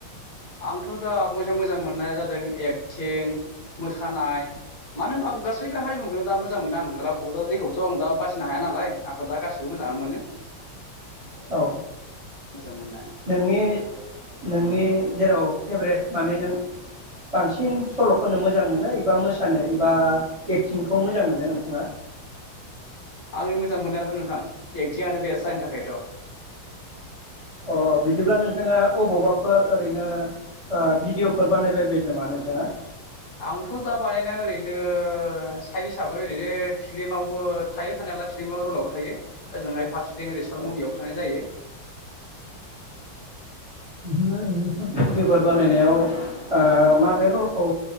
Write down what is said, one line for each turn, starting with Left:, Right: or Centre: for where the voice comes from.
Left: आंथ' दा मोजां मोजां मोननाय जादों एक्टिं मोसानाय मानो होनबा आं गासैबो हारिमुखौनो दा मोजां मोनो आं रावखौबो दा जेखौबोथ' आं दा बासिनो हाया नालाय आंथ' दा गासैखौबो मोजाङानो मोनो।
Right: औ
Left: मोजां मोननाया
Right: नोंनि नोंनि जेराव फेभरेट माने नों बांसिन सल खननो मोजां मोनो एबा मोसानो एबा एक्टिंखौ मोजां मोनो नोंथाङा?
Left: आंनि मोजां मोननायाथ नोंथां एकटिंनो बेस्ट आंनि थाखायथ'
Right: अ बिदिब्ला नोंथाङा अबावबाफोर ओरैनो ओ भिडिअफोर बानायबाय बाय नामा नोंथाङा?
Left: आंथ' दा बानायनाया ओरैनो साइड हिसाबै ओरैनो फिल्मावबो थायो थानायालाय फिल्मावबो रुलावबो थायो ओजोंहाय फार सेथिं ओरै सर्थ
Right: औ
Left: मुभियावबो थानाय जायो।
Right: नोंथाङा ओरैनो सर्थ मुभिफोर बानायनायाव ओ माबे रलखौ